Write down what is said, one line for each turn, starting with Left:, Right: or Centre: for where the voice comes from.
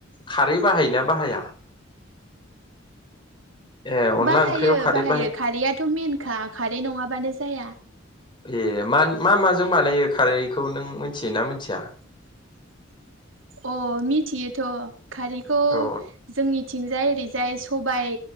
Left: खारै बाहायोना बाहाया ए अनला
Right: बाहायो
Left: ओंख्रियाव खारै
Right: बाहायो खारैआथ' मेनखा खारै नङाबानो जाया
Left: ए मा <unintelligible> माजों बानायो खारै खौ नों मोनथियोना मोनथिया?
Right: अ मिथियोथ' खारैखौ
Left: औ
Right: जोंनि थिंजाय ओरैजाय सबाइ